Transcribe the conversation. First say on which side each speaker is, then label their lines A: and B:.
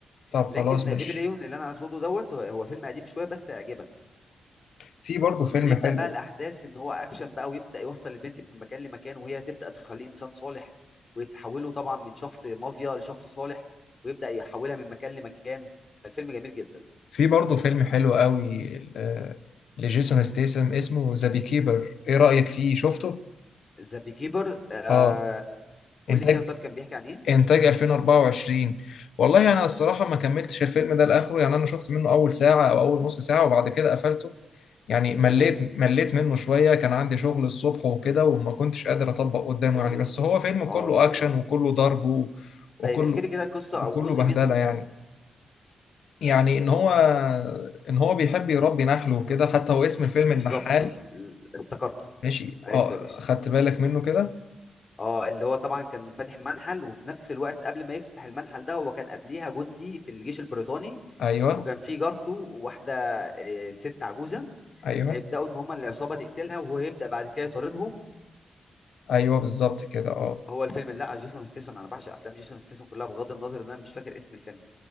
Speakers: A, on the left; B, on the left.
A: طب
B: لكن
A: خلاص ماشي
B: بيبي ليون اللي انا اسوده دوت هو هو فيلم قديم شويه بس هيعجبك
A: في برضه فيلم
B: بيبدأ
A: حلو
B: بقى الأحداث إن هو أكشن بقى ويبدأ يوصل البنت من مكان لمكان وهي تبدأ تخليه إنسان صالح ويتحوله طبعا من شخص مافيا لشخص صالح ويبدأ يحولها من مكان لمكان فالفيلم جميل جدا
A: في برضه فيلم حلو قوي ل- لجيسون ستيسم اسمه ذا بي كيبر ايه رأيك فيه شفته
B: ذا بي كيبر آه
A: اه
B: قول
A: انتاج
B: لي كده طب كان بيحكي عن إيه؟
A: انتاج 2024 والله انا الصراحة ما كملتش الفيلم ده لاخره يعني انا شفت منه اول ساعة او اول نص ساعة وبعد كده قفلته يعني مليت
B: تمام
A: مليت منه شوية كان عندي شغل الصبح وكده وما كنتش قادر اطبق قدامه
B: تمام
A: يعني بس هو فيلم كله
B: أه تمام
A: اكشن وكله ضرب و- وكله
B: طيب احكي لي كده قصة
A: وكله
B: أو جزء
A: بهدلة
B: منه
A: يعني يعني ان هو ان هو بيحب يربي نحل وكده حتى هو اسم الفيلم
B: بالظبط
A: النحال
B: ل- افتكرته
A: ماشي
B: عرفته
A: اه
B: يا باشا
A: خدت بالك منه كده
B: اه اللي هو طبعا كان فاتح منحل وفي نفس الوقت قبل ما يفتح المنحل ده هو كان قبليها جندي في الجيش البريطاني
A: ايوه
B: وكان في جارته وواحدة آه، ست عجوزة
A: ايوه
B: هيبدأوا إن هما العصابة تقتلها وهو هيبدأ بعد كده يطاردهم
A: ايوه بالظبط كده اه
B: هو الفيلم اللي على جيسون ستيسون أنا بعشق أفلام جيسون ستيسون كلها بغض النظر إن أنا مش فاكر اسم الفيلم